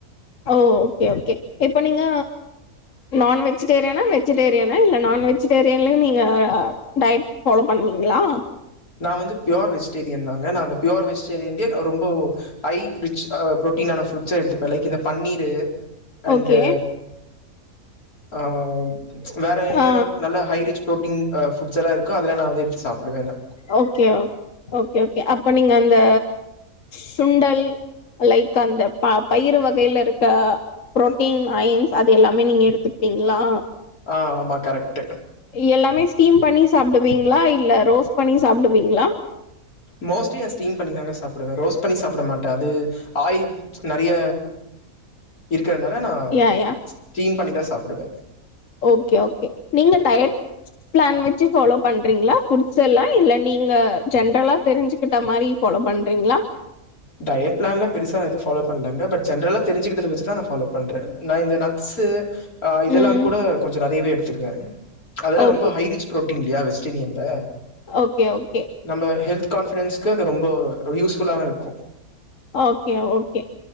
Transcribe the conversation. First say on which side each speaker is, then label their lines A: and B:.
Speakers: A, on the left (about 60°); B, on the left (about 80°).
A: ஓ ஓகே ஓகே இப்ப நீங்க நான் வெஜ்டேரியனா வெஜிடேரியனா இல்ல நான் வெஜ்டேரியன்லயு நீங்க டயட் ஃபாலோ பண் றீங்ளா
B: நா வந்து பியோர் வெஜிடேரியன் தாங்க நா அந்த பியோர் வெஜிடேரியன்லே ஆ ரொம்போ ஹை ரிச் அ புரோட்டீனா நா ஃப்ரூட்ஸ்ஸா எடுத்துப்பே லைக் இந்த பன்னீரு அண்டு
A: ஓகே
B: ஆம் வேற என்னென்ன
A: ஆ
B: நல்ல ஹை ரிச் ப்ரோட்டீன் அ ஃபுட்ஸெல்லா இருக்கோ அதெல்லா நா வந்து எடுத்து சாப்டுவே நா
A: ஓகே ஓ ஓகே ஓகே அப்ப நீங்க அந்த சுண்டல் லைக் அந்த ப பயிறு வகைல இருக்க புரோட்டீன் அயன்ஸ் அது எல்லாமே நீங்க எடுத்துப் பீங்ளா
B: ஆ ஆமா கரெக்ட்
A: எல்லாமே ஸ்டீம் பண்ணி சாப்டுவீங்ளா இல்ல ரோஸ்ட் பண்ணி சாப்டுவீங்ளா
B: மோஸ்ட்லி நா ஸ்டீம் பண்ணி தாங்க சாப்பிடுவே ரோஸ்ட் பண்ணி சாப்பிட மாட்டே அது ஆயில் நெறைய இருக்கறனால நா
A: யா யா
B: ஸ்டீம் பண்ணிதா சாப்பிடுவே
A: ஓகே ஓகே நீங்க டயட் பிளான் வச்சு ஃபாலோ பண்றீங்களா புட்ஸ் எல்லா இல்ல நீங்க ஜென்ரலா தெரிஞ்சுக்கிட்ட மாரி ஃபாலோ பண்றீங்ளா
B: டயட் பிளான்ல பெருசா எது ஃபாலோ பண்ணலங்க பட் ஜென்ரலா தெரிஞ்சிக்கிட்டத வச்சு தா நா ஃபாலோ பண்றே நா இந்த நட்ஸு ஆ இதெல்லா
A: ம்
B: கூட கொஞ்ச நெறையவே எடுத்துக்குவே அதெல்லா
A: ஓகே
B: ரொம்ப ஹை ரிச் புரோட்டீன் இல்லியா வெஜிடேரியன்ல
A: ஓகே ஓகே
B: நம்ம ஹெல்த் கான்ஃபிடன்ஸ்க்கு அது ரொம்ப யூஸ்ஃபுல்லா தா இருக்கு
A: ஓகே ஓகே